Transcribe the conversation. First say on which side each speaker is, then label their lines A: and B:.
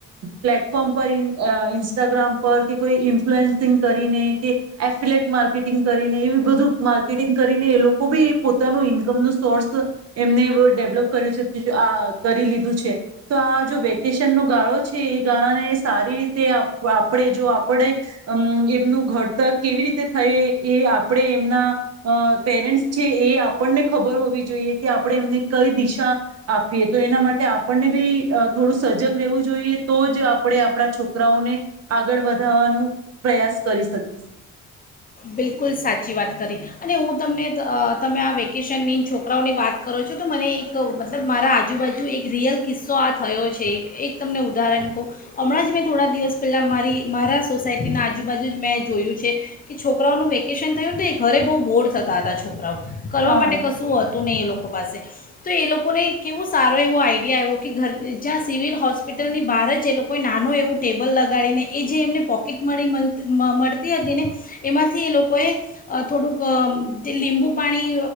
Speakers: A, on the right; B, on the left.
A: પ્લેટફોર્મ પર અ ઇન્સ્ટાગ્રામ પર કે કોઈ ઇન્ફલુઅન્સિંગ કરીને કે એફિલેટ માર્કેટિંગ કરીને એ બધું માર્કેટિંગ કરીને એ લોકો બી પોતાનું ઇન કમ નુ સોર્સ તો એમને ડેવલપ કરું છે આ કરી લીધું છે તો આ જો વેકેશન નો ગાળો છે એ ગાળાને સારી રીતે આપણે જો આપણે એમનું ઘડતર કેવી રીતે થય કે આપણે એમના અ પેરેન્ટ્ છે એ આપણને ખબર હોવી જોઈએ કે આપણે એમને કઈ દિશા આપીએ તો એના માટે આપણને બી થોડું સજગ રહેવું જોઈએ તો જ આપણે આપણા છોકરાઓને આગળ વધવાનું પ્રયાસ કરી શક.
B: બિલકુલ સાચી વાત કરી અને હું તમને તમે આ વેકેશનની છોકરાઓની વાત કરો છો તો મને એક મતલબ મારા આજુબાજુ એક રિયલ કિસ્સો આ થયો છે એક એક તમને ઉદાહરણ કહું હમણાં જ મેં થોડા દિવસ પેલા મારી મારા સોસાયટીના આજુબાજુ જ મેં જોયું છે. કે છોકરાઓનું વેકેશન થયું ને એ ઘરે બહુ બોર થતાં હતા છોકરાઓ કરવા
A: હા
B: માટે કશું હતું નહી એ લોકો પાસે તો એ લોકોને કેવો સારો એવો આઈડિયા આવ્યો કે ઘર જ્યાં સિવિલ હોસ્પિટલની બહાર જ એ લોકોએ નાનો એવું ટેબલ લગાડીને એ જે એમને પોકેટ મળી મળતી હતી ને એમાંથી એ લોકોએ થોડુંક લીંબુ પાણી